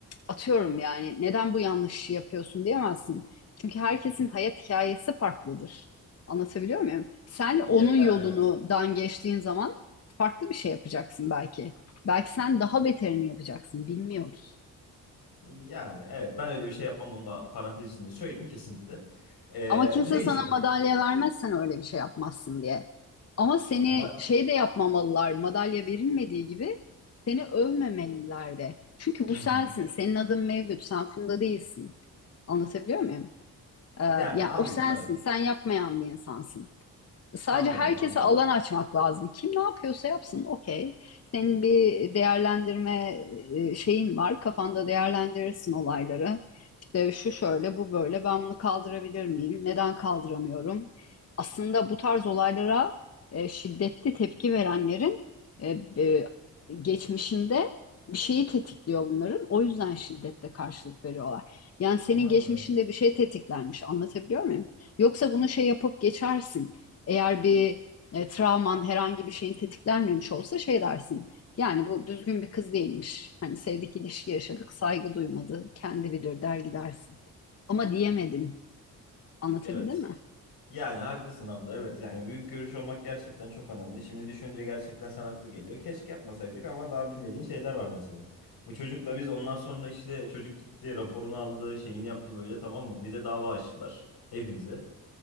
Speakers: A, on the left (about 40°); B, on the left (about 75°).
A: atıyorum yani neden bu yanlışı yapıyorsun diyemezsin. Çünkü herkesin hayat hikayesi farklıdır. Anlatabiliyor muyum? Sen onun
B: Yani
A: yolunu
B: evet.
A: dan geçtiğin zaman farklı bir şey yapacaksın belki. Belki sen daha beterini yapacaksın, bilmiyoruz.
B: Yani evet ben öyle bir şey yapmam onu da parantez içinde söyleyeyim kesinlikle. Ee,
A: Ama kimse
B: neyse
A: sana madalya vermezsen öyle bir şey yapmazsın diye. Ama seni
B: ama
A: şey de yapmamalılar, madalya verilmediği gibi seni övmemeliler de. Çünkü
B: hı
A: bu sensin,
B: hı.
A: senin adın Mevlüt, sen Funda değilsin. Anlatabiliyor muyum? Ee,
B: Yani
A: ya
B: anladım
A: o sensin,
B: evet.
A: sen yapmayan bir insansın. Sadece
B: Anladım
A: herkese
B: anladım.
A: alan açmak lazım. Kim ne yapıyorsa yapsın, okey. Senin bir değerlendirme e, şeyin var. Kafanda değerlendirirsin olayları. İşte şu şöyle, bu böyle. Ben bunu kaldırabilir miyim? Neden kaldıramıyorum? Aslında bu tarz olaylara e, şiddetli tepki verenlerin e, e, geçmişinde bir şeyi tetikliyor bunların. O yüzden şiddetle karşılık veriyorlar. Yani senin
B: Harbiden.
A: geçmişinde bir şey tetiklenmiş. Anlatabiliyor muyum? Yoksa bunu şey yapıp geçersin. Eğer bir e, travman herhangi bir şeyin tetiklenmemiş olsa şey dersin. Yani bu düzgün bir kız değilmiş. Hani sevdik ilişki yaşadık, saygı duymadı, kendi bilir der gidersin. Ama diyemedin. Anlatabilir
B: Evet.
A: mi?
B: Yani haklısın abla evet yani büyük görüş olmak gerçekten çok önemli. Şimdi düşününce gerçekten sen haklı geliyor. Keşke yapmasaydık ama daha bilmediğin şeyler var mesela. Bu çocukla biz ondan sonra işte çocuk gitti raporunu aldı şeyini yaptı böyle tamam mı? Bize dava açtılar hepimize.